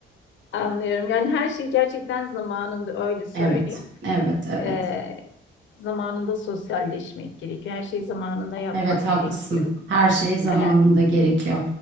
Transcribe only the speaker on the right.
Evet, evet, evet.
Evet haklısın.
Her şey zamanında
gerekiyor.